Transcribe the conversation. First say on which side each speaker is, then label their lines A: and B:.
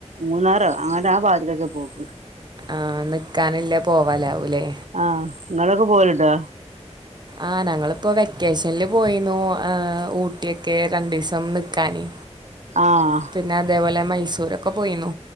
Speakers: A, on the right (about 80°); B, on the right (about 40°).
A: മൂന്നാറോ അങ്ങനത്തെ ആ ഭാഗത്തൊക്കെ പോക്ക്
B: ആഹ നിക്കാനില്ല പോവലാവൂലേ
A: ആഹ നിങ്ങളൊക്കെ പോവലുണ്ടോ
B: ആ ഞങ്ങളിപ്പോ വെക്കേഷനിൽ പോയിന്നു ഊട്ടിയൊക്കെ രണ്ടു ദിവസം നിക്കാന്
A: ആഹ
B: പിന്നെ അതേപോലെ മൈസൂരൊക്കെ പോയിന്നു